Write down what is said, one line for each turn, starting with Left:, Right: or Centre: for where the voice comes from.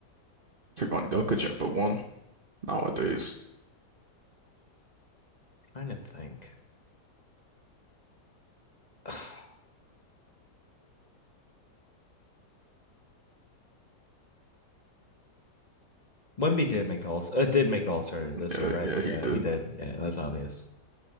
Right: Kevon Jokic at the one nowadays.
Left: Trying to think. <sighs> Wemby did make the all uh, did make the All-Star this
Right: Yeah,
Left: year, right?
Right: yeah, he
Left: Yeah,
Right: did.
Left: he did. Yeah, that's obvious.